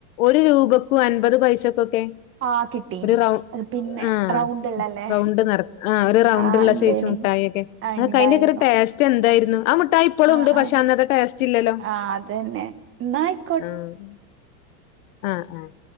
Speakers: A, on the left; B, on the right.
A: ഒരു രൂപക്കും അൻപത് പൈസക്കൊക്കെ
B: ആഹ് കിട്ടീനി
A: ഒരു റൗ
B: അത് പിന്നെ
A: ആഹ്
B: റൗണ്ട്ള്ളല്ലേ
A: റൗണ്ട് നെറ ആ ഒരു റൗണ്ട്ള്ള
B: ആഹ് ഇണ്ടേനി
A: സെയ്സ് മുട്ടായിക്കെ
B: ആഹ്
A: അതൊക്ക
B: ഇണ്ടായിരുന്നു
A: അയിന്റൊക്കൊരു ടേസ്റ്റ് എന്തായിരുന്നു ആ മുട്ടായി ഇപ്പളും
B: ആഹ്
A: ണ്ട്
B: ആഹ്
A: പക്ഷെ അന്നത്തെ ടേസ്റ്റ്ല്ലല്ലോ
B: ആഹ് അതെന്നെ ന്നായി
A: ആഹ് ആഹ് ആഹ്